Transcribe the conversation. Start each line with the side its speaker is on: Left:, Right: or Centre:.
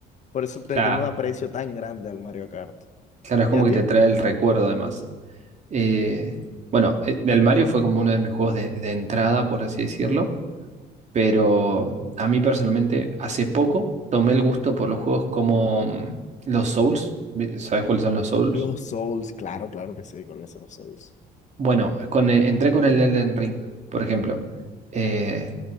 Left: Por eso te
Right: La-
Left: tengo un aprecio tan grande al Mario Kart.
Right: Claro, es como
Left: ¿Y a ti?
Right: que te trae el recuerdo además. Eh, bueno, eh, del Mario fue como uno de mis juegos de, de entrada, por así decirlo, pero a mí personalmente hace poco tomé el gusto por los juegos como mm, los Souls. ¿Sabes cuáles son los Souls?
Left: Los Souls, claro, claro que sí, con los Souls.
Right: Bueno, con e- entré con el Elden Ring, por ejemplo, eh,